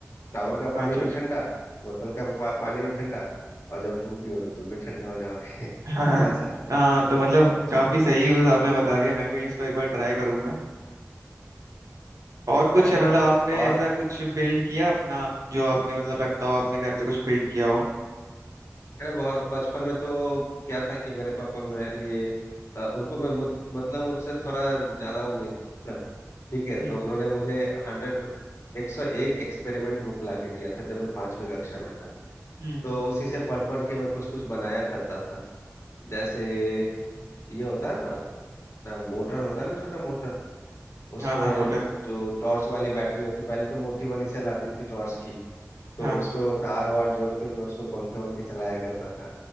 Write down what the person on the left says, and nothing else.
टावर का पानी
भी
ठंडा बोतल का पा, पानी भी ठंडा और जब तुम पियो तो तुम भी ठंडे हो जाओगे <laughs>
ऐसा
करना
और
अरे बहुत बचपन में तो क्या था कि मेरे पापा मेरे लिए अ, उनको मैं मुझ- मतलब मुझसे थोड़ा ज्यादा उम्मीद था। ठीक है
तो उन्होंने मुझे हंड्रेड एक सौ एक एक्सपेरिमेंट बुक ला के दिया था जब मैं पांचवी कक्षा में था
तो उसी से पढ़ पढ़ के मैं कुछ कुछ बनाया करता था जैसे ये होता है ना अ, मोटर होता है ना छोटा मोटर उसमें
जो टॉर्च वाली बैटरी होती पहले तो मोटी वाली सेल आती थी टॉर्च की तो
उसमें वो तार वार जोड़ के मैं उसमें पंखे वंखे चलाया करता था